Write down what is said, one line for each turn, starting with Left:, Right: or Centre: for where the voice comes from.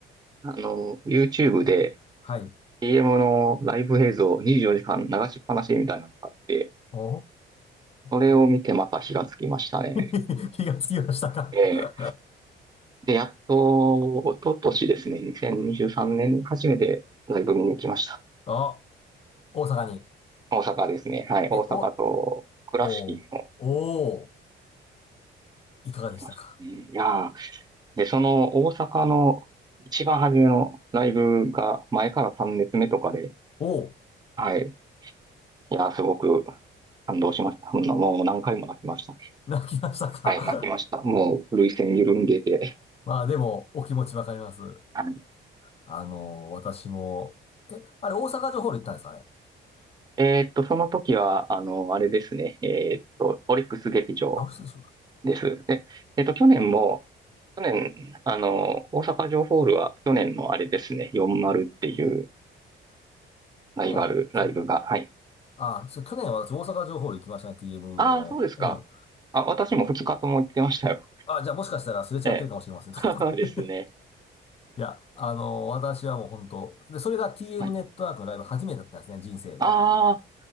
Right: あの、YouTube で、
Left: はい。
Right: CM のライブ映像24時間流しっぱなしみたいなのがあって、
Left: お
Right: それを見てまた火がつきましたね。
Left: ー。<laughs> 気がつきましたか
Right: ええで、やっと、一昨年ですね、2023年にじゅうさんねんに初めてライブ見に行きました。
Left: あ <laughs>、大阪に。
Right: 大阪ですね。はい。
Left: え、
Right: 大阪と倉敷にも
Left: お、おー、おー、いかがでしたか
Right: 来ましたね。いやー、で、その大阪の一番初めのライブが前から3列目とかで、
Left: おー、
Right: はい。いやー、すごく感動しました。うんもう何回も泣きましたね。
Left: 泣きましたか
Right: はい、泣きました。もう、涙腺緩んでて、
Left: <laughs> まあでも、お気持ちわかります。
Right: はい
Left: あのー私も、え、あれ大阪城ホール行ったんですかね
Right: えーっと、その時は、あの、あれですね。えーっと、オリックス劇場
Left: あ、嘘でしょうか
Right: です。で、えーっと、去年も、去年、あの、大阪城ホールは、去年のあれですね、4丸っていうライバル、
Left: 去年、そう、
Right: ライブが、はい。
Left: あ、そう、去年は私大阪城ホール行きましたね、TM
Right: ああ、
Left: の。
Right: そうですか。
Left: うん。
Right: あ、私も2日とも行ってましたよ。
Left: あ、じゃあもしかしたらすれ違ってるかもしれません。
Right: ええ、
Left: <laughs>
Right: <laughs> そうですね。
Left: いや、あのー私はもう本当で、それが TM
Right: はい。
Left: ネットワークのライブ初めてだったんですね、人生で。
Right: ああ、